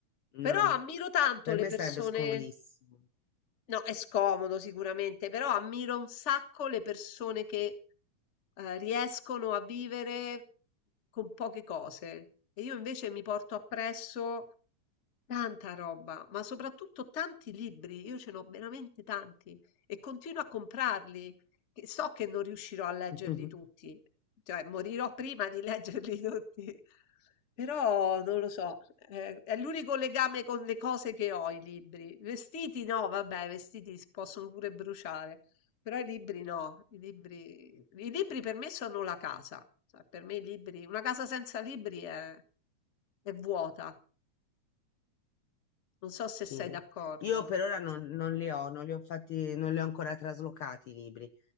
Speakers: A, on the left; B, on the left.
A: no,
B: Però ammiro tanto
A: per
B: le
A: me
B: persone.
A: sarebbe scomodissimo.
B: No, è scomodo sicuramente, però ammiro un sacco le persone che eh, riescono a vivere con poche cose. E io invece mi porto appresso Tanta roba, ma soprattutto tanti libri. Io ce n'ho veramente tanti e continuo a comprarli, che so che non riuscirò a leggerli
A: <laughs>
B: tutti, cioè morirò prima di <laughs> leggerli tutti. Però non lo so, eh, è l'unico legame con le cose che ho, i libri. Vestiti no, vabbè, i vestiti si possono pure bruciare, però i libri no, i libri, i libri per me sono la casa. Cioè, per me i libri, una casa senza libri è è vuota. Non so se
A: Sì.
B: sei d'accordo.
A: Io per ora non, non li ho, non li ho fatti, non li ho ancora traslocati i libri,